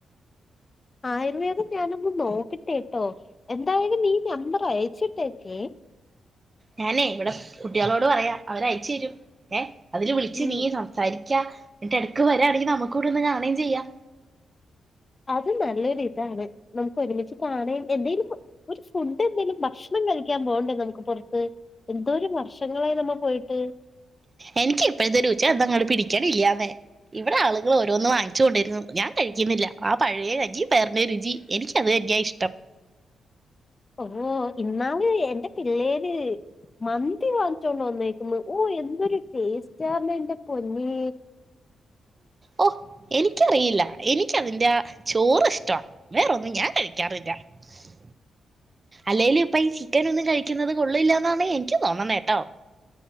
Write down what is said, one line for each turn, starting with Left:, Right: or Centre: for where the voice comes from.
Left: ആയുർവേദം ഞാനൊന്ന് നോക്കിട്ടെട്ടോ എന്തായാലും നീ നമ്പർ അയച്ചിട്ടേക്കേ
Right: ഞാനേ ഇവിടെ കുട്ടികളോട് പറയാ അവരായി ചിരും ഏ അതില് വിളിച്ച്
Left: ഉം
Right: നീ സംസാരി എന്നിട്ട് ഇടക്ക് വരാണെങ്കിൽ നമുക്ക് കൂടെ ഒന്ന് കാണുകയും ചെയ്യാം
Left: അത് നല്ലൊരു ഇതാണ് നമുക്ക് ഒരുമിച്ച് കാണയും എന്തെങ്കിലും ഒരു ഫുഡ് എന്തെങ്കലും ഭക്ഷണം കഴിക്കാൻ പോകണ്ടേ നമുക്ക് പുറത്ത് എന്തോര വർഷങ്ങളായി നമ്മ പോയിട്ട്
Right: എനിക്ക് ഇപ്പോഴത്തെ രുചി അത് അങ്ങട് പിടിക്കൻ ഇല്ലാന്നേ ഇവിടെ ആളുകൾ ഓരോന്നും വാങ്ങിച്ചു കൊണ്ടിരുന്നു ഞാൻ കഴിക്കുന്നില്ല ആ പഴയ കഞ്ഞി പയറിന്റെയും രുചി എനിക്ക അത് തന്നയ ഇഷ്ടം
Left: ഓ ഇന്നാല് എന്റെ പിള്ളേര് മന്തി വാങ്ങിച്ചോണ്ട് വാന്നേരിക്കുന്നു ഓ എന്തൊരു ടേസ്റ്റ് ആന്ന് എന്റെ പൊന്നേ
Right: ഓ എനിക്കറിയില്ല എനിക്കതി ല്ലാ ചോറ് ഇഷ്ടവാ വേറൊന്നും ഞൻ കഴിക്കാറില്ല ഏര്ഫ് അല്ലേല് ഇപ്പ ഈ ചിക്കൻ ഒന്നും കഴിക്ക യിക്കുന്നത് കൊള്ളില്ലന്നാണ് എനിക്ക് തോന്നനെട്ടോ